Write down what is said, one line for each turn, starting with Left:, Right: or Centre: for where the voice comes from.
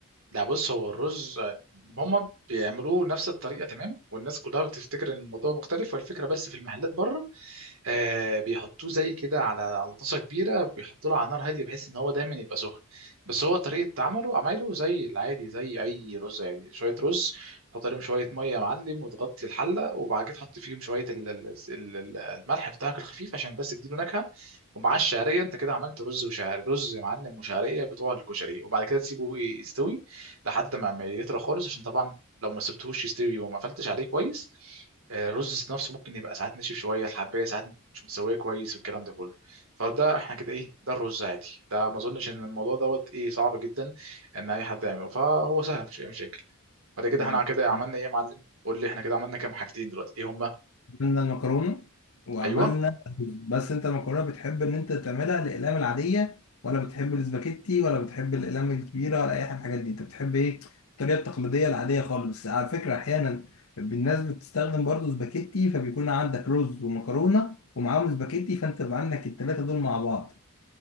Right: لا بص هو الرز هم بيعملوه نفس الطريقه تمام والناس كلها بتفتكر ان الموضوع مختلف والفكره بس في المحلات بره آه بيحطوه زي كده على على طاسه كبيره بيحطوا له على نار هاديه بحيث ان هو دايما يبقى سخن بس هو طريقه عمله عمايله زي العادي زي اي رز يعني شويه رز تحط عليهم شويه ميه يا معلم وتغطي الحله وبعد كده تحط فيهم شويه ال- ال- ال- ال- الملح بتاعك الخفيف عشان بس تديله نكهه ومعاه الشعريه انت كده عملت رز وشعريه رز يا معلم وشعريه بتوع الكشري وبعد كده تسيبه إيه، يستوي لحد ما ما يطرى خالص عشان طبعا لو ما سبتهوش يستوي وما قفلتش عليه كويس آه، الرز نفسه ممكن يبقى ساعات ناشف شويه الحبايه ساعات مش متسويه كويس والكلام ده كله فده احنا كده ايه ده الرز عادي ده ما اظنش ان الموضوع دوت ايه صعب جدا ان اي حد يعمله فهو سهل مفيش اي مشاكل بعد كده
Left: لا
Right: احنا كده
Left: لا
Right: عملنا ايه يا معلم قول لي احنا كده عملنا كام حاجتين دلوقتي ايه هما
Left: عملنا المكرونة وعملنا
Right: ايوه
Left: الرز بس انت المكرونة بتحب ان انت تعملها الأقلام العادية ولا بتحب الاسباجيتي ولا بتحب الأقلام الكبيرة ولا أي حاجة من الحاجات دي انت بتحب ايه الطريقة التقليدية العادية خالص بس على فكرة أحيانا الناس بتستخدم برضو اسباجيتي فبيكون عندك رز ومكرونة ومعاهم اسباجيتي فانت بقى عندك التلاتة دول مع بعض